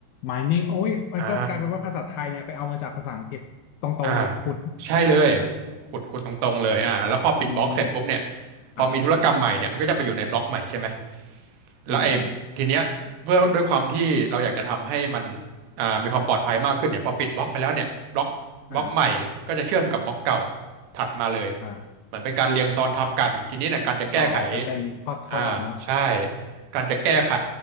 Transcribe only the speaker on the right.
อ่าอ่าใช่เลย
ขุดขุดตรงๆเลยอ่าแล้วพอปิดบล็อกเสร็จปุ๊บเนี่ย
พอมีธุรกรรมใหม่เนี่ยมันก็จะไปอยู่ในบล็อกใหม่ใช่ไหม แล้วไอ้ทีเนี้ยเพื่อด้วยความที่เราอยากจะทำให้มัน
อ่ามีความปลอดภัยมากขึ้นเนี่ยพอปิดบล็อกไปแล้วเนี่ยบล็อกบล็อกใหม่ก็จะเชื่อมกับบล็อกเก่า
ถัดมาเลย
เหมือนเป็นการเรียงซ้อนทับกันทีนี้เนี่ยการจะแก้ไข
อ่าใช่การจะแก้ไข